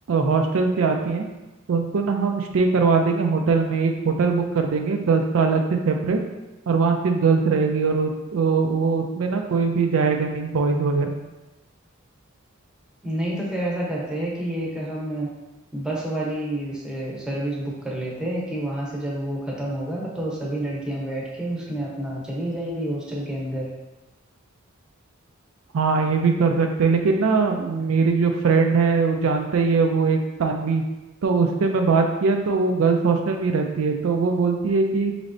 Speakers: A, on the right; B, in the centre.
A: हॉस्टल से आती हैं तो उनको ना हम स्टे करवा देंगे होटल में एक होटल बुक कर देंगे गर्ल्स का अलग से सेपरेट और वहाँ सिर्फ गर्ल्स रहेगी और उस, वो वो उसमें ना कोई भी जाएगा नहीं बॉयज़ वगैरह
B: नहीं तो फिर ऐसा करते हैं कि एक हम बस वाली सर्विस बुक कर लेते हैं कि वहां से जब वो खत्म होगा तो सभी लड़कियां बैठ के उसमें अपना चली जाएंगी हॉस्टल के अंदर
A: हाँ ये भी कर सकते हैं लेकिन ना मेरी जो फ्रेंड है वो जानता ही है वो एक तानवी तो उससे मैं बात किया तो वो गर्ल्स हॉस्टल में ही रहती है तो वो बोलती है कि